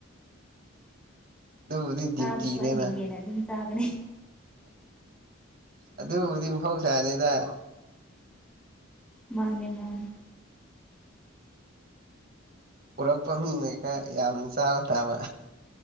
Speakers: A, on the right (about 45°); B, in the centre.
A: ꯑꯗꯨꯕꯨꯗꯤ ꯗ꯭ꯌꯨꯇꯤꯅꯦꯅ
B: ꯆꯥꯕꯁꯨ ꯑꯩꯅ ꯍꯦꯟꯅ ꯑꯗꯨꯝ ꯆꯥꯒꯅꯤ
A: ꯑꯗꯨꯕꯨꯗꯤ ꯃꯍꯧꯁꯥꯅ‌ꯦꯗ
B: ꯃꯥꯅꯦ ꯃꯥꯅꯦ
A: ꯄꯨꯔꯛꯄ ꯃꯤꯅ ꯈꯔ ꯌꯥꯝ ꯆꯥꯕ ꯇꯥꯕ